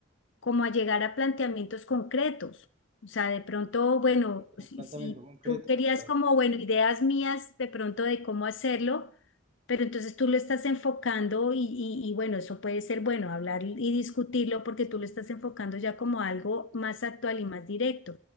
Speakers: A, on the left; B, on the right.
A: como a llegar a planteamientos concretos. O sea, de pronto, bueno,
B: un
A: si,
B: planteamiento
A: si
B: concreto.
A: tú querías
B: claro.
A: como, bueno, ideas mías de pronto de cómo hacerlo, pero entonces tú lo estás enfocando y, y- y bueno, eso puede ser bueno, hablar y discutirlo porque tú lo estás enfocando ya como algo más actual y más directo.